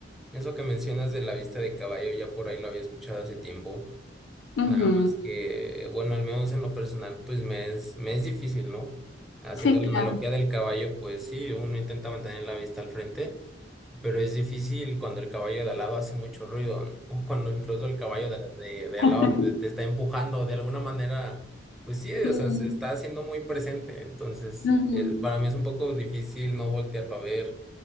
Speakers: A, in the centre; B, on the left.
A: eso que mencionas de la vista de caballo ya por ahí lo había escuchado hace tiempo.
B: ujú.
A: Nada más que, bueno, al menos en lo personal, pues me es, me es difícil, ¿no? Haciendo
B: Sí,
A: la
B: claro.
A: analogía del caballo, pues sí, uno intenta mantener la vista al frente, pero es difícil cuando el caballo de al lado hace mucho ruido, ¿no? O cuando incluso el caballo de, de, de
B: <laughs>
A: al lado te, te está empujando de alguna manera, pues sí, o
B: Mm,
A: sea, se está haciendo muy presente. Entonces,
B: ujú.
A: eh, para mí es un poco difícil no voltearlo a ver